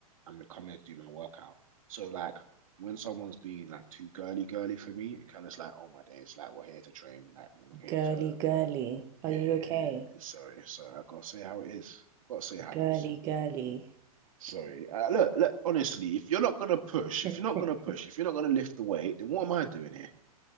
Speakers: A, on the right; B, on the right.
A: I'm coming to do my workout. So like when someone's being like too girly girly for me, it kind of like oh my days, like we're here to train, like we're not here
B: Girly,
A: to
B: girly. Are
A: yeah.
B: you okay?
A: Sorry, sorry, I gotta say how it is. I gotta say how
B: Girly,
A: it is.
B: girly.
A: Sorry. Uh, look, look, honestly, if you're not gonna push, if
B: <laughs>
A: you're not gonna push, if you're not gonna lift the weight, then what am I doing here?